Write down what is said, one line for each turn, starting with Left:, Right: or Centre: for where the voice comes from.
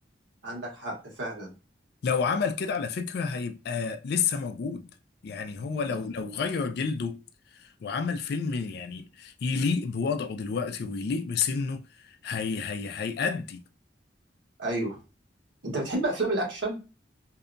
Right: عندك حق فعلا
Left: لو عمل كده على فكرة هيبقى لسه موجود يعني هو لو
Right: مم.
Left: لو غير جلده وعمل فيلم يعني يليق بوضعه دلوقتي ويليق بسنه هي هي هيأدي
Right: ايوه انت بتحب افلام الاكشن